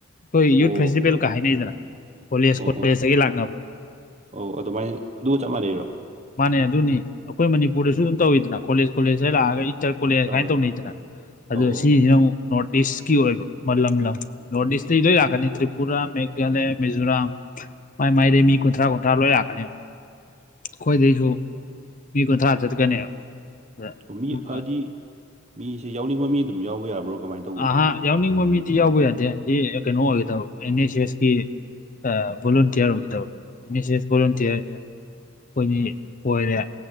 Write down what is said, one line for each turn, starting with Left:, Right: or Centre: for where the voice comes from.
Left: ꯈꯣꯏ
Right: ꯑꯣ
Left: ꯌꯨꯠ ꯐꯦꯁꯇꯤꯚꯦꯜꯀ ꯍꯥꯏꯅꯩꯗꯅ ꯀꯣꯂꯦꯖ
Right: ꯑꯣ
Left: ꯀꯣꯂꯦꯖꯇꯒꯤ
Right: ꯑꯣ
Left: ꯂꯥꯛꯅꯕ
Right: ꯑꯣ ꯑꯗꯨꯃꯥꯏꯟ ꯑꯗꯨꯒ ꯆꯞ ꯃꯥꯟꯅꯩꯔꯣ
Left: ꯃꯥꯅꯦ ꯑꯗꯨꯅꯤ ꯑꯈꯣꯏ ꯃꯅꯤꯄꯨꯔꯗꯁꯨ ꯑꯗꯨꯝ ꯇꯧꯋꯤꯗꯅ ꯀꯣꯂꯦꯖ ꯀꯣꯂꯦꯖꯇ ꯂꯥꯛꯑꯒ ꯏꯟꯇꯔ ꯀꯣꯂꯦꯁ
Right: ꯇꯧꯋꯦ
Left: ꯀꯥꯏꯟ ꯇꯧꯅꯩꯗꯅ
Right: ꯇꯧꯋꯦ
Left: ꯑꯗꯣ
Right: ꯑꯧ ꯑꯧ
Left: ꯁꯤꯖꯤꯅ ꯑꯃꯨꯛ ꯅꯣꯔꯠ ꯏꯁꯀꯤ ꯑꯣꯏꯕ ꯃ ꯂꯝ ꯂꯝ ꯅꯣꯔꯠꯏꯁꯇꯩ ꯂꯣꯏ ꯂꯥꯛꯀꯅꯤ ꯇ꯭ꯔꯤꯄꯨꯔꯥ ꯃꯦꯘꯥꯂꯦꯞ ꯃꯦꯖꯣꯔꯥꯝ ꯃꯥꯏꯔꯩ ꯃꯤ ꯀꯨꯟꯊ꯭ꯔꯥ ꯀꯨꯟꯊ꯭ꯔꯥ ꯂꯣꯏ ꯂꯥꯛꯀꯅꯦꯕ ꯈꯣꯏꯗꯩꯖꯨ ꯃꯤ ꯀꯨꯟꯊ꯭ꯔꯥ ꯆꯠꯀꯅꯦꯕ ꯑꯗ
Right: ꯑꯣ ꯃꯤ ꯍꯥꯏꯗꯤ ꯃꯤꯁꯦ ꯌꯥꯎꯅꯤꯡꯕ ꯃꯤ ꯑꯗꯨꯝ ꯌꯥꯎꯕ ꯌꯥꯕ꯭ꯔꯣ ꯀꯃꯥꯏꯅ ꯇꯧꯕꯅꯣ
Left: ꯑꯍꯥ
Right: ꯁꯤꯁꯦ
Left: ꯌꯥꯎꯅꯤꯡꯕ ꯃꯤꯗꯤ ꯌꯥꯎꯕ ꯌꯥꯗꯦ ꯌꯤ ꯀꯩꯅꯣ ꯑꯣꯏꯒꯗꯕ ꯑꯦꯟ ꯑꯦꯁ ꯑꯦꯁꯀꯤ ꯑ ꯕꯣꯂꯨꯟꯇꯤꯌꯥꯔ ꯑꯣꯏꯒꯗꯕ ꯃꯤꯁ ꯑꯦꯁ ꯚꯣꯂꯨꯟꯇꯤꯌꯥꯔ
Right: ꯑꯣ
Left: ꯈꯣꯏꯅꯤ ꯑꯣꯏꯔꯦ